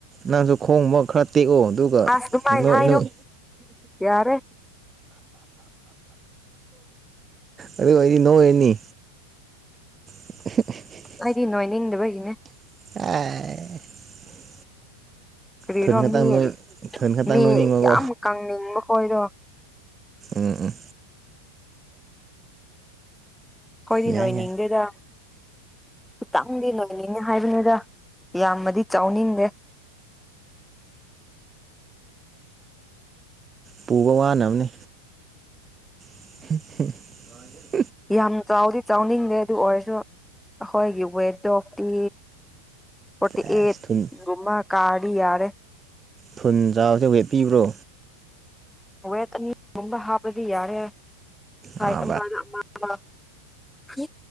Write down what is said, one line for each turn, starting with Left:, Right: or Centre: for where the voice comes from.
Right: ꯅꯪꯁꯨ ꯈꯣꯡꯕ ꯈꯔ ꯇꯦꯛꯑꯣ ꯑꯗꯨꯒ
Centre: ꯑꯁ ꯑꯗꯨꯃꯥꯏꯅ
Right: ꯅꯣꯏ
Centre: ꯍꯥꯏꯅꯨ
Right: ꯅꯣꯏ
Centre: ꯌꯥꯔꯦ
Right: ꯑꯗꯨ ꯑꯣꯏꯗꯤ ꯅꯣ ꯑꯦꯅꯤ <inaudible>
Centre: ꯑꯩꯗꯤ ꯅꯣꯏ ꯅꯤꯡꯗꯕꯒꯤꯅꯦ
Right: ꯑꯦ
Centre: ꯀꯔꯤꯔꯣ
Right: ꯊꯟ ꯀꯇꯪ
Centre: ꯃꯤ
Right: ꯅꯣꯏ ꯊꯟ ꯈꯇꯪ
Centre: ꯃꯤ
Right: ꯅꯣꯏꯃ ꯎꯝ
Centre: ꯌꯥꯝ ꯀꯪꯅꯤꯡꯕ ꯈꯣꯏꯗꯣ
Right: ꯎꯝ
Centre: ꯑꯩꯣꯏꯗꯤ
Right: ꯌꯥꯏ
Centre: ꯅꯣꯏꯅꯤꯡꯗꯦꯗ
Right: ꯌꯥꯏ
Centre: ꯈꯤꯇꯪꯗꯤ ꯅꯣꯏꯅꯤꯡꯉꯦ ꯍꯥꯏꯕꯅꯤ ꯗ ꯌꯥꯝꯃꯗꯤ ꯆꯥꯎꯅꯤꯡꯗꯦ
Right: ꯄꯨꯕ ꯋꯥꯅꯕꯅꯤ <inaudible>
Centre: ꯍ ꯌꯥꯝ ꯆ ꯆꯥꯎꯥꯎꯔꯤ ꯆꯥꯎꯅꯤ ꯑꯗꯨ ꯑꯣꯏꯔꯁꯨ ꯑꯩꯈꯣꯏꯒꯤ ꯋꯦꯠ ꯗꯣꯐꯇꯤ ꯐꯠꯇꯤ
Right: ꯑꯦꯁ ꯊꯨꯟ
Centre: ꯨꯃꯥ ꯀꯥꯔꯤ ꯌꯥꯔꯦ
Right: ꯊꯨꯟ ꯆꯥꯕꯁꯦ ꯋꯦꯠꯄꯤꯕ꯭ꯔꯣ
Centre: ꯋꯦꯠ ꯑꯅꯤꯒꯨꯝꯕ ꯍꯥꯞꯄꯗꯤ ꯌꯥꯔꯦ ꯍꯥꯏꯠ
Right: ꯑꯥ
Centre: ꯑꯃꯅ ꯑꯃ ꯑꯃ ꯍ